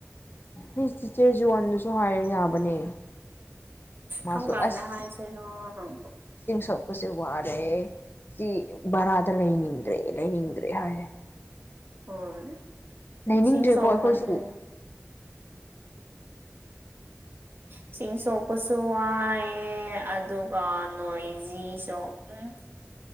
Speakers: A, on the left; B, on the right.
A: ꯑꯩ ꯆꯤꯆꯦ ꯖꯣꯟꯗꯁꯨ ꯍꯥꯏꯔ ꯌꯥꯕꯅꯦ ꯃꯥꯁꯨ
B: ꯀꯝ ꯀꯥꯟꯗ
A: ꯑꯁ
B: ꯍꯥꯏꯁꯦꯅꯣ ꯍꯪꯕ
A: ꯏꯁꯤꯡ ꯁꯣꯛꯄꯁꯦ ꯋꯥꯔꯦ ꯁꯤ ꯕꯔꯥꯗ ꯂꯩꯅꯤꯡꯗ꯭ꯔꯦ ꯂꯩꯅꯤꯡꯗ꯭ꯔꯦ ꯍꯥꯏꯔꯦ
B: ꯍꯣꯏ
A: ꯂꯩꯅꯤꯡꯗ꯭ꯔꯦꯀꯣ
B: ꯏꯁꯤꯡ ꯁꯣꯛꯄꯅꯦ
A: ꯑꯩꯈꯣꯏꯁꯨ
B: ꯏꯁꯤꯡ ꯁꯣꯛꯄꯁꯨ ꯋꯥꯏꯑꯦ ꯑꯗꯨꯒ ꯅꯣꯏꯖꯤꯁꯨ ꯎꯝ